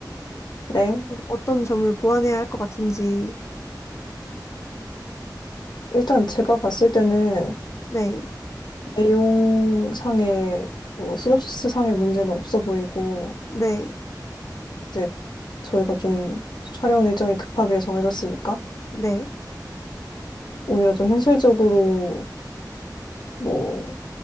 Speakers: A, on the left (about 80°); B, on the left (about 40°).
A: 네.
B: 어- 어떤 점을 보완해야 할 것 같은지.
A: 일단 제가 봤을 때는
B: 네.
A: 내용상의 뭐 시놉시스상의 문제는 없어 보이고
B: 네.
A: 이제 저희가 좀 촬영 일정이 급하게 정해졌으니까
B: 네.
A: 오히려 좀 현실적으로 뭐